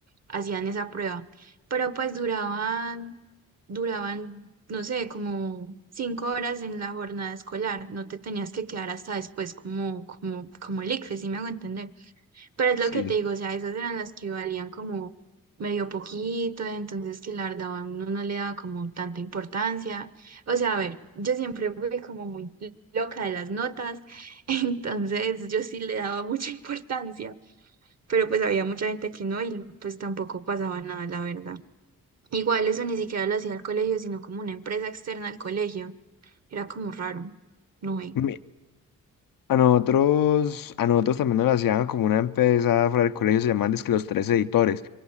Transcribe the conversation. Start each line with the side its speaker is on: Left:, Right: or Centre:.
Right: hacían esa prueba. Pero pues duraban, duraban, no sé, como cinco horas en la jornada escolar. No te tenías que quedar hasta después como, como, como el ICFES, si me hago entender. Pero es
Left: Sí.
Right: lo que te digo, o sea, esas eran las que valían como medio poquito, entonces que la verdad a uno no le daba como tanta importancia. O sea, a ver, yo siempre fui como muy loca de las notas, <laughs> entonces yo sí le daba mucha <laughs> importancia, pero pues había mucha gente que no y pues tampoco pasaba nada, la verdad. Igual eso ni siquiera lo hacía el colegio, sino como una empresa externa al colegio. Era como raro, no ve.
Left: Mi- A nosotros, a nosotros también nos lo hacían como una empresa fuera del colegio, se llamaban dizque los tres editores.